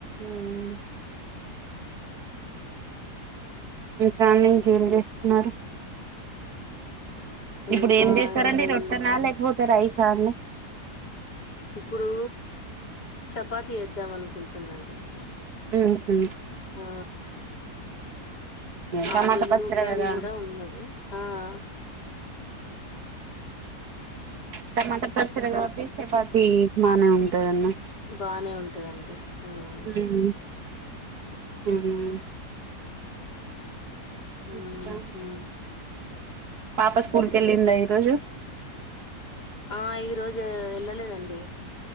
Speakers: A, on the right (about 70°); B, on the left (about 80°).
A: ఉమ్ ఇంకా మీ ఇంట్లో ఏం చేస్తున్నారు ఇప్పుడు
B: ఇంకా
A: ఏం చేసరండి
B: ఇంకా
A: రొట్టెనా
B: ఇలా
A: లేకపోతే రైస్ అండి
B: ఇప్పుడు చపాతి చేద్దాం అనుకుంటున్నా అండి
A: ఉహు
B: ఆ ఆ
A: టమాటా
B: ఆలులు
A: పచ్చడి
B: కర్రీ
A: కదా
B: కూడా ఉన్నద ఆ ఆ
A: టమాటా పచ్చడి కాబట్టి చపాతి బానే ఉంటది అండి
B: బానే ఉంటదండి ఉమ్.
A: ఉం ఉం ఇంకా
B: ఉమ్, ఉమ్.
A: పాప, స్కూల్ కి వెళ్లిందా ఈరోజు?
B: ఆ, ఈరోజు వెళ్లలేదండి.